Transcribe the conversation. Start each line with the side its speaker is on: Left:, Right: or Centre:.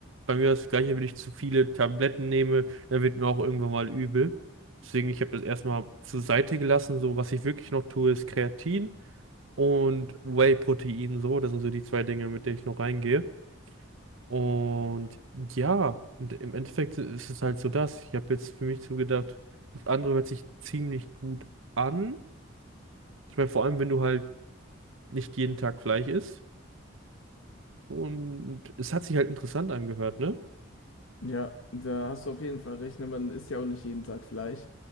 Right: bei mir das Gleiche, wenn ich zu viele Tabletten nehme, dann wird mir auch irgendwann mal übel. Deswegen, ich habe das erstmal zur Seite gelassen. So, was ich wirklich noch tue, ist Kreatin und Whey-Protein, so. Das sind so die zwei Dinge, mit denen ich noch reingehe. Und ja, und im Endeffekt ist es halt so das. Ich habe jetzt für mich zugedacht, das andere hört sich ziemlich gut an. Ich meine, vor allem, wenn du halt nicht jeden Tag Fleisch isst. Und es hat sich halt interessant angehört, ne?
Left: Ja, da hast du auf jeden Fall recht. ne? Man isst ja auch nicht jeden Tag Fleisch.